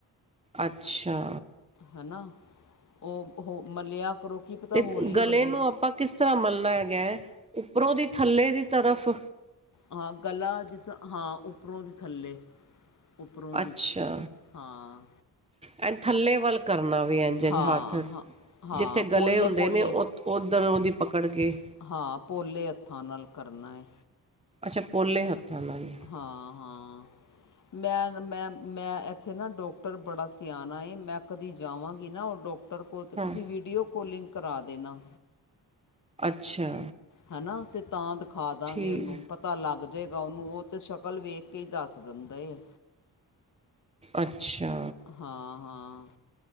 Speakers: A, on the right (about 15°); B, on the left (about 50°).
A: ਅੱਛਾ।
B: ਹੈਨਾ, ਉਹ ਹੋ ਮਲਿਆ ਕਰੋ ਕੀ ਪਤਾ
A: ਤੇ
B: ਹੋਲੀ-
A: ਗਲੇ
B: ਹੋੌਲੀ
A: ਨੂੰ ਆਪਾਂ ਕਿਸ ਤਰ੍ਹਾਂ ਮਲਣਾ ਹੈਗਾ ਉੱਪਰੋਂ ਦੀ ਥੱਲੇ ਦੀ ਤਰਫ?
B: ਹਾਂ ਗਲਾ ਜਿਸ ਰਾ ਉੱਪਰੋਂ ਦੀ ਥੱਲੇ ਉੱਪਰੋਂ
A: ਅੱਛਾ।
B: ਦੀ ਹਾਂ
A: ਐ ਥੱਲੇ ਵੱਲ ਕਰਨਾ ਵੀ ਇੰਝ- ਇੰਝ
B: ਹਾਂ
A: ਹੱਥ
B: ਹਾਂ ਹਾਂ
A: ਜਿੱਥੇ
B: ਪੋਲੇ
A: ਗਲੇ ਹੁੰਦੇ
B: ਪੋਲੇ
A: ਨੇ ਉਥ ਓਧਰੋਂ ਦੀ ਪਕੜ ਕੇ
B: ਹਾਂ, ਪੋਲੇ ਹੱਥਾਂ ਨਾਲ ਕਰਨਾ ਏ।
A: ਅੱਛਾ, ਪੋਲੇ ਹੱਥਾਂ ਨਾਲ।
B: ਹਾਂ- ਹਾਂ, ਮੈਂ- ਮੈਂ- ਮੈਂ ਉੱਥੇ ਨਾ ਡਾਕਟਰ ਬੜਾ ਸਿਆਣਾ ਏ ਮੈਂ ਕਦੀ ਜਾਵਾਂਗੀ ਨਾ ਓਦੋਂ ਟਰ ਕੋਲ ਤਾਂ
A: ਹਾਂ
B: ਤੁਸੀਂ ਵੀਡੀਓ ਕੋਲਿੰਗ ਕਰਾ ਦੇਣਾ।
A: ਅੱਛਾ।
B: ਹੈਨਾ ਤੇ ਤਾਂ ਦਖਾ ਦਾਂਗੇ
A: ਠੀਕ
B: ਉਹਨੂੰ ਪਤਾ ਪਤਾ ਲੱਗ ਜੇਗਾ ਉਨੂੰ। ਉਹ ਤੇ ਸ਼ਕਲ ਵੇਖ ਕੇ ਹੀ ਦੱਸ ਦਿੰਦਾ ਏ।
A: ਅੱਛਾ।
B: ਹਾਂ ਹਾਂ